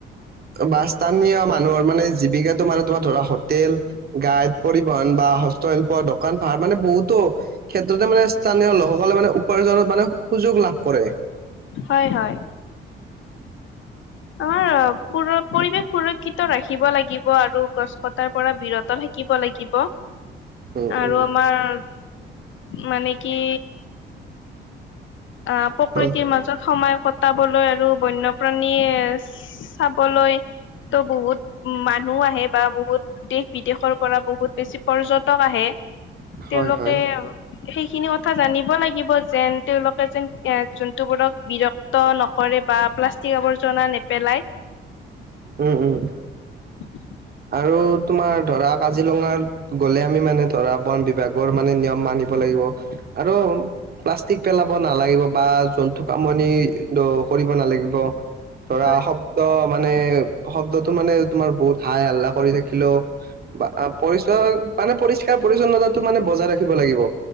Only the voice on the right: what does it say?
বা স্থানীয় মানুহৰ মানে জীৱিকাটো মানে তোমাৰ ধৰা হোটেল গাইড পৰিবহন বা হস্তশিল্প দোকান পাহাৰ মানে বহুতো ক্ষেত্ৰতে মানে স্থানীয় লোকসকলে মানে উপাৰ্জনৰ মানে সুযোগ লাভ কৰে কৰে
উম
উম
হয়
হয় হয়
উম উম
আৰু তোমাৰ ধৰা কাজিৰঙাত গ'লে আমি মানে ধৰা বন বিভাগৰ মানে নিয়ম মানিব লাগিব। আৰু প্লাষ্টিক পেলাব নালাগিব বা জন্তু আমনি কৰিব নালাগিব ধৰা
শব্দ মানে শব্দতটো মানে তোমাৰ বহুত হাই হল্লা কৰি থাকিলেও বা পৰিচয় মানে পৰিষ্কাৰ পৰিচ্ছন্নতা মানে বজাই ৰাখিব লাগিব